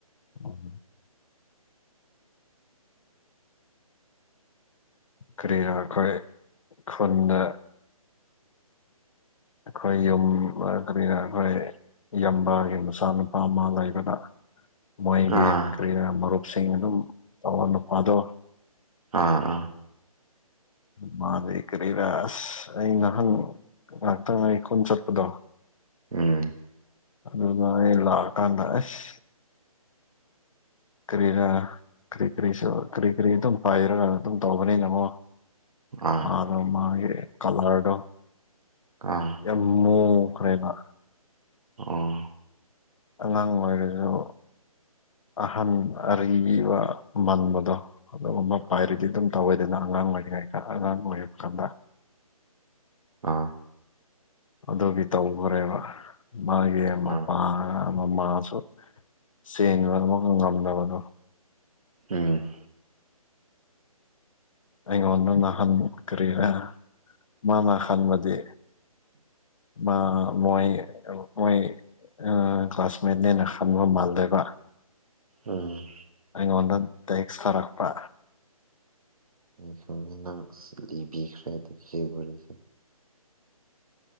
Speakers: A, on the left; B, on the right.
A: ꯎꯝ ꯀꯔꯤꯅꯣ ꯑꯩꯈꯣꯏ ꯈꯨꯟꯗ ꯑꯩꯈꯣꯏ ꯌꯨꯝ ꯀꯔꯤꯅ ꯑꯩꯈꯣꯏ ꯏꯕꯒꯤ ꯃꯆꯥ ꯅꯨꯄꯥ ꯑꯃ ꯂꯩꯕꯗ ꯃꯣꯏꯒꯤ
B: ꯑꯥ
A: ꯀꯔꯤꯌꯥ ꯃꯔꯨꯞꯁꯤꯡ ꯑꯗꯨꯝ ꯇꯧꯔ ꯅꯨꯄꯥꯗꯣ
B: ꯑꯥ ꯑꯥ
A: ꯃꯥ ꯂꯩ ꯀꯔꯤꯔꯁ ꯑꯩ ꯉꯍꯪ ꯉꯥꯏꯍꯥꯛꯇꯪ ꯑꯩ ꯈꯨꯣꯟ ꯆꯠꯄꯗꯣ
B: ꯎꯝ
A: ꯑꯗꯨꯅ ꯑꯩ ꯂꯥꯛꯑꯀꯥꯟꯗ ꯑꯁ ꯀꯔꯤꯅ ꯀꯔꯤ ꯀꯔꯤꯁꯨ ꯀꯔꯤ ꯀꯔꯤ ꯑꯗꯨꯝ ꯄꯥꯏꯔꯒ ꯑꯗꯨꯝ ꯇꯧꯕꯅꯤꯅꯃꯣ
B: ꯑꯥ
A: ꯃꯥꯔ ꯃꯥꯦ ꯀꯂꯔꯗ
B: ꯑꯥ
A: ꯌꯃꯨ ꯑꯩꯈꯔꯕ
B: ꯎꯝ
A: ꯑꯉꯥꯡ ꯑꯣꯏꯔꯖꯨ ꯑꯍꯟ ꯑꯔꯤ ꯑꯔꯤꯕ ꯃꯥꯟꯕꯗꯣ ꯑꯗꯨꯒꯨꯝꯕ
B: ꯑꯥ
A: ꯄꯥꯏꯔꯗꯤ ꯑꯗꯨꯝ ꯇꯧꯋꯤꯗꯅ ꯑꯉꯥꯡ ꯑꯣꯏꯔꯤꯉꯩꯗ ꯑꯉꯥꯡ ꯑꯣꯏꯔꯛ ꯀꯥꯟꯗ
B: ꯑꯥ
A: ꯑꯗꯨꯒꯤ ꯇꯧꯈ꯭ꯔꯦꯕ ꯃꯥꯒꯤ
B: ꯑꯥ
A: ꯃꯄꯥ ꯑꯃ ꯃꯥꯁꯨ ꯆꯦꯟꯕ ꯑꯃ ꯉꯝꯗꯕꯗꯣ
B: ꯎꯝ
A: ꯑꯩꯉꯣꯟꯗ ꯅꯥꯍꯟ ꯀꯔꯤꯔ ꯃꯥꯅ ꯍꯟꯕꯗꯤ ꯃ ꯃꯣꯏ ꯃꯣꯏ ꯑ ꯀ꯭ꯂꯥꯁꯃꯦꯠꯅꯦꯅ ꯈꯟꯕ ꯃꯥꯜꯂꯦꯕ
B: ꯎꯝ
A: ꯑꯩꯉꯣꯟꯗ ꯇꯦꯛꯁ ꯊꯥꯔꯛꯄꯥ
B: ꯑꯩ ꯈꯪꯉꯤ ꯅꯪ ꯂꯤꯕꯤꯈ꯭ꯔꯦ ꯑꯗꯨꯒꯤ ꯋꯥꯔꯤꯁꯨ